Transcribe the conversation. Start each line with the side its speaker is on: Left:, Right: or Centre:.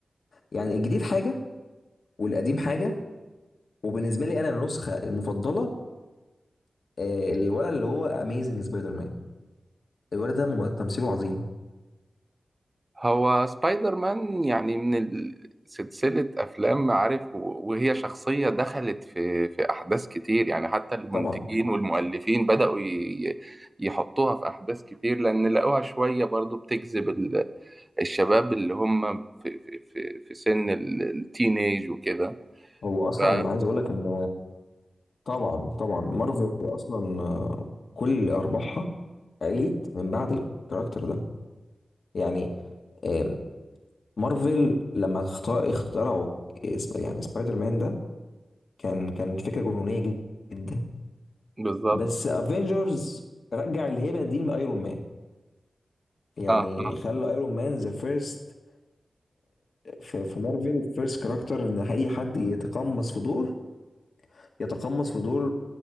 Left: يعني الجديد حاجه والقديم حاجه وبالنسبه لي انا النسخه المفضله آه، الولد اللي هو اميزنج سبايدر مان الولد ده مم- تمثيله عظيم
Right: هو سبايدر مان يعني من ال- سلسلة أفلام عارف و- وهي شخصية دخلت في في أحداث كتير يعني حتى المنتجين
Left: طبعا
Right: والمؤلفين بدأوا ي- يحطوها في أحداث كتير لأن لقوها شوية برضو بتجذب ال- الشباب اللي هم في في في في سن ال- التينيج وكده
Left: هو اصلا
Right: ف-
Left: عايز اقول لك ان طبعا طبعا مارفل اصلا آه، كل ارباحها قليت من بعد الكاركتر ده يعني آم، مارفل لما اخت- اخترعوا سب- يعني سبايدر مان ده كان كان فكره جنونيه جد- جدا
Right: بالظبط
Left: بس افنجرز رجع الهيبه دي لايرون مان يعني
Right: اه آه.
Left: خلى ايرون مان ذا فيرست في في مارفل فيرست كاركتر ان اي حد يتقمص في دور يتقمص في دور